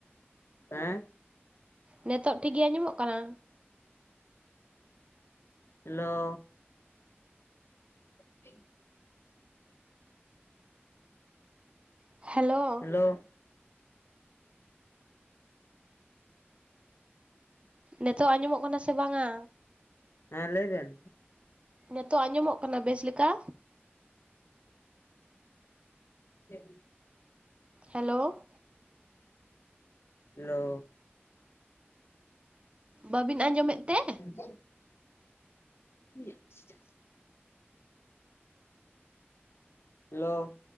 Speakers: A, on the left; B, on the right.
A: ᱦᱮᱸ᱾
B: ᱱᱮᱛᱚᱜ ᱴᱷᱤᱠ ᱜᱮ ᱟᱸᱡᱚᱢᱚᱜ ᱠᱟᱱᱟ?
A: ᱦᱮᱞᱳ᱾ <inaudible>
B: ᱦᱮᱞᱳ᱾
A: <unintelligible>
B: ᱱᱤᱛᱚᱜ ᱟᱸᱡᱚᱢᱚᱜ ᱠᱟᱱᱟ ᱥᱮ ᱵᱟᱝᱟ?
A: ᱦᱮᱸ ᱞᱟᱹᱭ ᱵᱮᱱ᱾
B: ᱱᱤᱛᱚᱜ ᱟᱸᱡᱚᱢᱚᱜ ᱠᱟᱱᱟ ᱵᱮᱥ ᱞᱮᱠᱟ?
A: <unintelligible>
B: ᱦᱮᱞᱳ᱾
A: ᱦᱮᱞᱳ᱾
B: ᱵᱟᱹᱵᱤᱱ ᱟᱸᱡᱚᱢᱮᱫ ᱛᱮ
A: <unintelligible> <inaudible> ᱦᱮᱞᱳ᱾